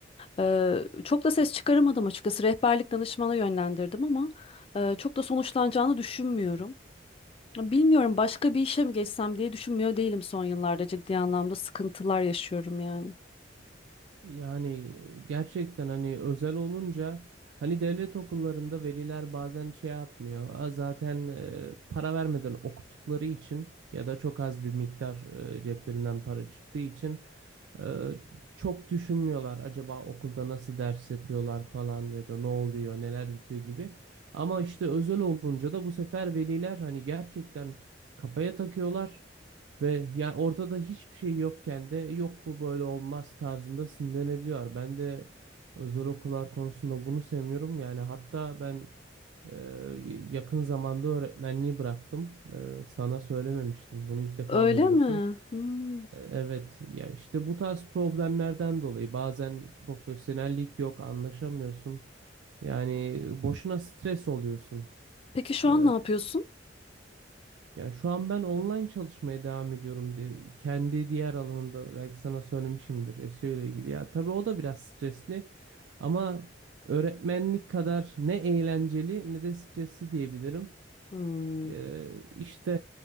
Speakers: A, on the left; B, on the right.
A: Ee, çok da ses çıkaramadım açıkçası. Rehberlik danışmana yönlendirdim ama e, çok da sonuçlanacağını düşünmüyorum. Ya Bilmiyorum başka bir işe mi geçsem diye düşünmüyor değilim son yıllarda. Ciddi anlamda sıkıntılar yaşıyorum yani.
B: Yani gerçekten hani özel olunca hani devlet okullarında veliler bazen şey yapmıyor. "Aa, zaten e, para vermeden okuttukları için ya da çok az bir miktar e, ceplerinden para çıktığı için e, çok düşünmüyorlar. Acaba okulda nasıl ders yapıyorlar falan ya da ne oluyor, neler bitiyor gibi. Ama işte özel olunca da bu sefer veliler hani gerçekten kafaya takıyorlar. Ve yani ortada hiçbir şey yokken de yok bu böyle olmaz tarzında sinirlenebiliyorlar. Ben de özel okullar konusunda bunu sevmiyorum. Yani hatta ben e, yakın zamanda öğretmenliği bıraktım. E, sana söylememiştim. Bunu ilk defa
A: Öyle
B: duyuyorsun.
A: mi? Hmm.
B: E, evet ya işte bu tarz problemlerden dolayı bazen profesyonellik yok, anlaşamıyorsun. Yani boşuna stres oluyorsun.
A: Peki şu
B: E,
A: an ne yapıyorsun?
B: yani şu an ben online çalışmaya devam ediyorum diye kendi diğer alanımda belki sana söylemişimdir SEO ile ilgili. Ya tabii o da biraz stresli ama öğretmenlik kadar ne eğlenceli ne de stresli diyebilirim.
A: Hmm.
B: Ee, işte